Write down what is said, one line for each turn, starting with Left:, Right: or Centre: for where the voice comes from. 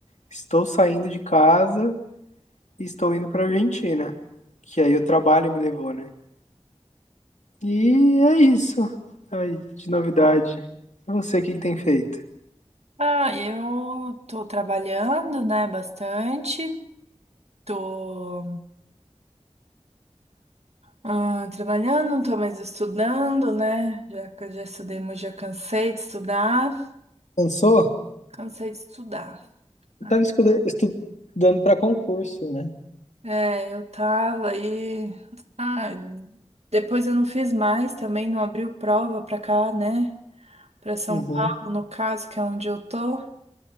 Left: estou saindo de casa e estou indo pra Argentina. Que aí o trabalho me levou, né? E é isso aí de novidade. E Você, o que, que tem feito?
Right: Ah, eu tô trabalhando, né, bastante. Tô Ah, trabalhando, não tô mais estudando, né? Já, que eu já estudei muito, já cansei de estudar.
Left: Cansou?
Right: Cansei de estudar. Ai.
Left: Eu tava escuda- estudando pra concurso, né?
Right: É, eu tava aí. Ah, depois eu não fiz mais também, não abriu prova pra cá, né? Pra São
Left: Uhum,
Right: Paulo, no caso, que é onde eu tô.